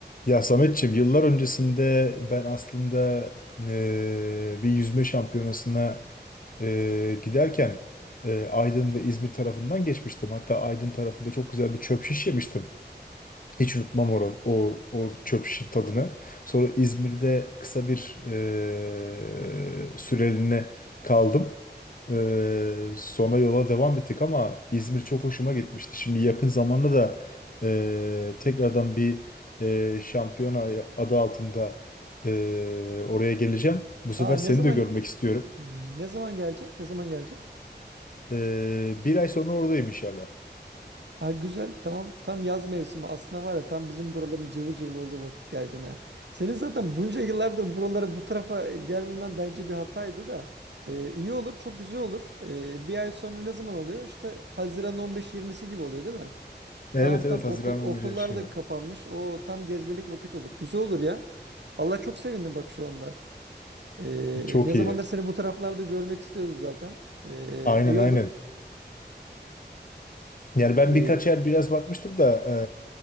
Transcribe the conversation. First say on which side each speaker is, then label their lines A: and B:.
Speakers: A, on the left (about 50°); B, on the right (about 75°).
A: Ya Sametçiğim yıllar öncesinde ben aslında eee, bir yüzme şampiyonasına eee, giderken eee, Aydın ve İzmir tarafından geçmiştim. Hatta Aydın tarafında çok güzel bir çöp şiş yemiştim. Hiç unutmam oran, o, o çöp şişin tadını. Sonra İzmir'de kısa bir eee süreliğine kaldım. Ee, sonra yola devam ettik ama İzmir çok hoşuma gitmişti. Şimdi yakın zamanda da e, tekrardan bir e, şampiyona adı altında e, oraya geleceğim. Bu sefer
B: Ha
A: seni
B: ne zaman
A: de görmek istiyorum.
B: ne zaman geleceğim? Ne zaman geleceğim?
A: Ee, bir ay sonra oradayım inşallah.
B: Ha güzel tamam tam yaz mevsimi aslında var ya tam bizim buraların cıvıl cıvıl olduğu vakit geleceksin ha. Senin zaten bunca yıllardır buralara bu tarafa gelmemen bence bir hataydı da Ee, iyi olur çok güzel olur. Ee, bir ay sonra ne zaman oluyor? İşte Haziran 15-20'si gibi oluyor değil mi?
A: Evet
B: Tamam
A: evet
B: tam
A: Haziran
B: okul okullar
A: başında şimdi.
B: da kapanmış o tam gezmelik vakit olur. Güzel olur ya. Allah çok sevindim bak şu anda. Ee,
A: Çok
B: ne zamandır
A: iyi.
B: seni bu taraflarda görmek istiyoruz zaten. Ee,
A: Aynen
B: iyi
A: aynen.
B: olur.
A: Yani ben
B: Ee,
A: birkaç yer biraz bakmıştım da